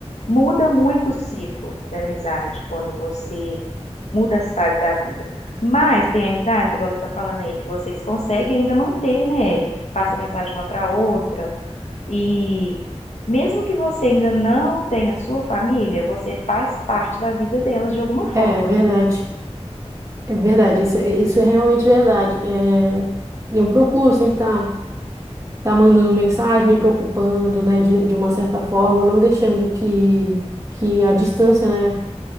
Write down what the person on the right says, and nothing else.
É, é verdade. É verdade. Isso, é- isso é realmente verdade. É, eu procuro sempre estar tá, tá mandando mensagem, me preocupando, né, de, de uma certa forma, não deixando que, que a distância, né,